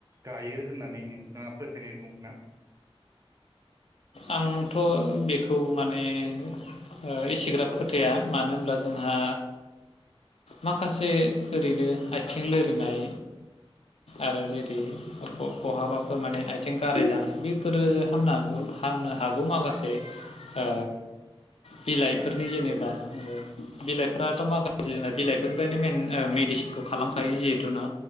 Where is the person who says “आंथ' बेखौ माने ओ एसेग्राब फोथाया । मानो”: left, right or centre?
Left